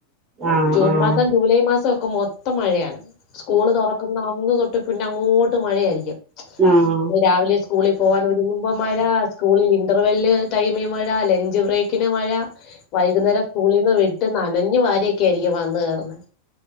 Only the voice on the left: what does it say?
ജൂൺ
മാസം ജൂലൈ മാസം ഒക്കെ മൊത്തം മഴയാണ് സ്കൂൾ തുറക്കുന്ന അന്ന് തൊട്ട് പിന്നെ അങ്ങോട്ട് മഴയായിരിക്കും.
രാവിലെ സ്കൂളിൽ പോവാൻ ഒരുങ്ങുമ്പ മഴ സ്കൂളിൽ ഇന്റർവെൽ ടൈമിൽ മഴ ലഞ്ച് ബ്രേക്കിന് മഴ വൈകുന്നേരം സ്കൂളിൽ നിന്ന് വിട്ട് നനഞ്ഞു വാരിയെക്കെ ആയിരിക്കും വന്ന് കയറുന്നേ